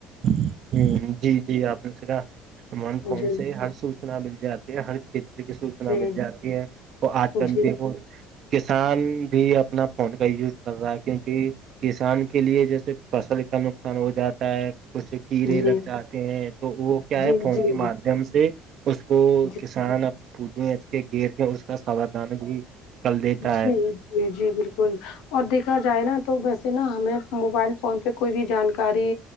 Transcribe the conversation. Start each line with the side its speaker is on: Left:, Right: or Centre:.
Right: ہ جی جی آپ نے سرا من فون
Left: جی
Right: سے ہر سوچنا مل جاتی ہے ہر چتر کی سوچنا
Left: جی
Right: مل جاتی ہے اور آج کل
Left: جی
Right: دیک کسان بھی اپنا فون کا یوز کر رہا ہے کیونکہ کسان کے لیے جیسے فصل کا نقصان ہو جاتا ہے کچھ کیڑے
Left: جی
Right: لگ جاتے ہیں تو وہ کیا
Left: جی
Right: ہے فون
Left: جی
Right: کے مادھیم سے اس کو
Left: جی
Right: کسان پھٹوے ہنچ کے گھیر کے اس کا سادان بھی کر دیتا ہے
Left: جی جی جی بالکل اور دیکھا جائے نا تو ویسے نا ہمیں موبائل فون پہ کوئی بھی جانکاری